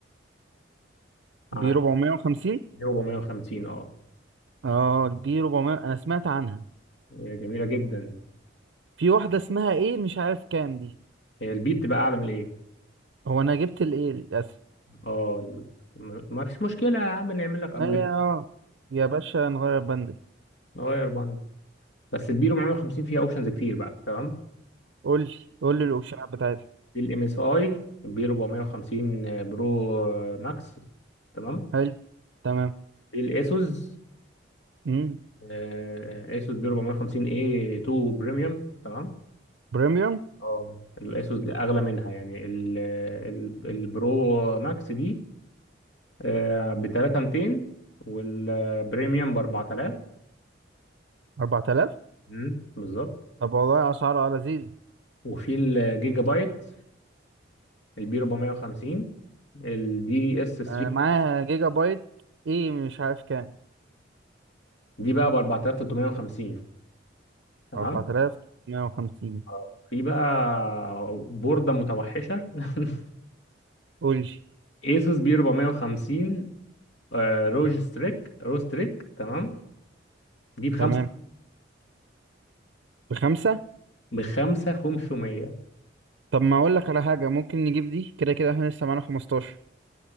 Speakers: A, on the right; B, on the left.
A: بي
B: عن
A: ربعمية وخمسين
B: جي 450 اه
A: اه دي ربعمية أنا سمعت عنها
B: هي جميلة جدا
A: في واحدة اسمها ايه مش عارف كام دي
B: هي البي بتبقى أعلى من الإيه
A: هو أنا جبت الايه للأسف
B: اه ال- م- ما فيش مشكلة يا عم نعمل لك أبجريد
A: هي اه يا باشا نغير بند
B: نغير بند بس البي 450 فيها أوبشنز كتير بقى تمام
A: قول لي قول لي الاوبشنات بتاعتها
B: في الام اس اي بي 450 برو آه، ماكس تمام
A: حلو تمام
B: في الاسوس
A: امم
B: آه، اسوس بي 450 اي 2 بريميوم تمام
A: بريميوم
B: اه الاسوس دي اغلى منها يعني ال- ال- البرو ماكس دي آه، ب 3200 والبريميوم ب 4000
A: 4000
B: مم. بالظبط
A: طب والله اسعار اه لذيذ
B: وفي الجيجا بايت البي 450 الدي اس 3
A: انا معايا جيجا بايت ايه مش عارف كام
B: دي بقى ب 4350 تمام
A: 4150
B: اه في بقى بوردة متوحشة <laughs>
A: قول لي
B: ايسوس بي 450 آه، روج ستريك رو ستريك تمام دي بخمسة
A: تمام بخمسة
B: بخمسة 500
A: طب ما اقول لك على حاجة ممكن نجيب دي كده كده احنا لسه معانا 15